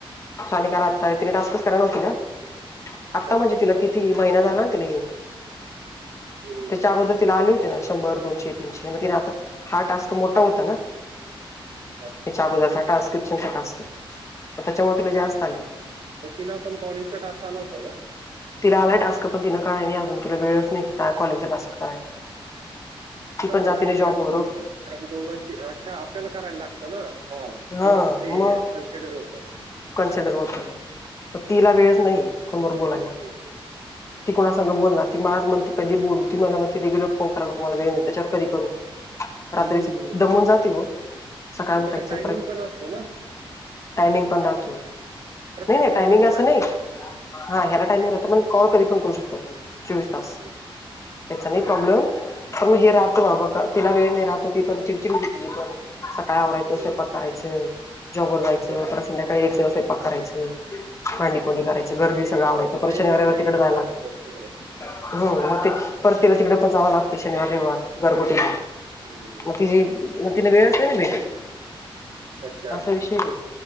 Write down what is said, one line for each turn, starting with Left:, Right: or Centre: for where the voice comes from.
Left: सानिकाला आता तिने टास्कस कराय नव्हती ना
Right: अच्छा
Left: आता
Right: अच्छा
Left: म्हणजे
Right: अच्छा
Left: तिला किती महिना झालाना तिला येऊन.
Right: हम्म.
Left: त्याच्या अगोदर तिला आले होते ना शंभर दोनशे तीनशे मग तिला आता हा टास्क मोठा होता ना.
Right: <inaudible>
Left: याच्या आगोदचा ट्रान्स्क्रिप्शन चा टास्क त्याच्या मुळे तिला जास्त आले.
Right: म तिला पण कॉलिंगचा टास्क आला होता का?
Left: तिला आलाय टास्क पण तिनं काय नाही अजून तिला वेळच नाही का -कॉलिंगचा टास्क करायला. ती
Right: सतत
Left: पण जाते
Right: केली
Left: ना जॉबवर
Right: असती. तर मग दोघांची अच्छा आपल्याला करायला लागतो ना कॉल
Left: हा
Right: तेव्हाच ते
Left: मग
Right: कन्सिडर होत.
Left: कन्सिडर होतय प तिला वेळच नाहीये फोनवर बोलायला.
Right: हम्म
Left: ती कोणा सांग बोलणार ती मलाच म्हणते कधी बोलू ती मला म्हणते रेगुलर फोन करायला तुम्हाला वेळ नाही त्याच्यावर कधी करू. रात्रीचे
Right: हम्म.
Left: दमून जाती हो सकाळी
Right: आणि त्याचा
Left: उठायचे
Right: टायमिंग पण असतो ना
Left: टायमिंग पण राहतो
Right: प्रत्येक
Left: नाही नाही
Right: कॉलला
Left: टायमिंग
Right: तो
Left: असं नाही. हा ह्याला
Right: आहे
Left: टायमिंग राहतो पण कॉल कधी पण करू शकता तुम्ही चोवीस तास.
Right: हम्म.
Left: त्याचा नाही प्रॉब्लेम पण मग हे राहतं बाबा तिला वेळ नाही राहत ती पण चिडचिडती होते तिची पण. सकाळ आवरायचं
Right: हम्म.
Left: स्वयंपाक करायचं जॉब वर जायचं
Right: बरोबर
Left: परत संध्याकाळी यायचं स्वयंपाक करायचं. भांडीकुंडी करायचं घरबीर सगळं आवरायचं परत
Right: नाही
Left: शनिवार
Right: एवढं
Left: रविवार
Right: नाही
Left: तिकडे जाव
Right: पॉसिबल
Left: लाग
Right: सगळं
Left: <unintelligible> हो मग ते परत ते तिला तिकडे पण जावं लागते शनिवार रविवार गरगुटीला.
Right: हम्म.
Left: म तिची म तिला वेळच नाही ना भेटत.
Right: अच्छा
Left: असा विषय आहे,,